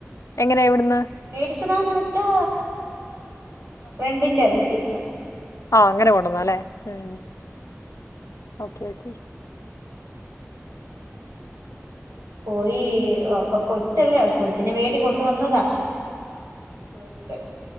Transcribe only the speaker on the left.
എങ്ങനെയ ഇവിടുന്ന്
ആ അങ്ങനെ കൊണ്ടന്ന അല്ലേ ഉം. ഓക്കെ ഓക്കെ